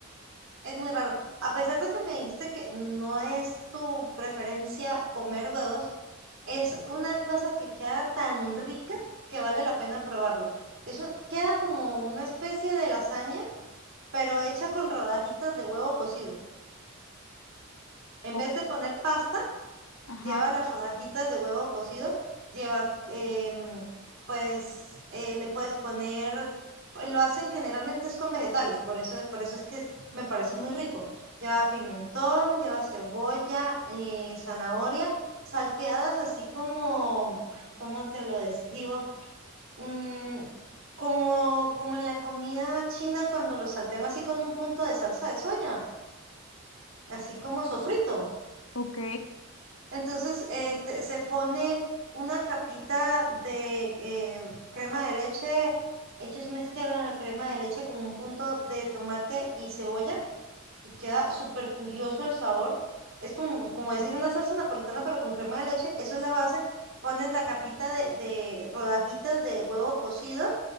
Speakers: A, on the right; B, on the left.
A: es muy raro. A pesar de que me dijiste que no es tu preferencia comer huevos, es una cosa que queda tan rica que vale la pena probarlo. Eso queda como una especie de lasaña, pero hecha con rodajitas de huevo cocido. En
B: o-
A: vez de poner pasta,
B: <laughs> ajá,
A: lleva las rodajitas de huevo cocido, lleva, em, pues, eh, le puedes poner, pues, lo hacen generalmente es con vegetales, por eso, por eso es que es- me parece muy rico. Lleva pimentón, lleva cebolla, eh, zanahoria, salteadas así como, ay, ¿cómo te lo describo? Mm, como, como en la comida china cuando lo saltean así con un punto de salsa de soya, así como sofrito.
B: ok,
A: Entonces, este, se pone una capita de eh, crema de leche. Ellos mezclan la crema de leche con un punto de tomate y cebolla y queda súper curioso el sabor. Es como, como decir una salsa napolitana, pero con crema de leche. Eso es la base. Pones la capita de, de rodajitas de huevo cocido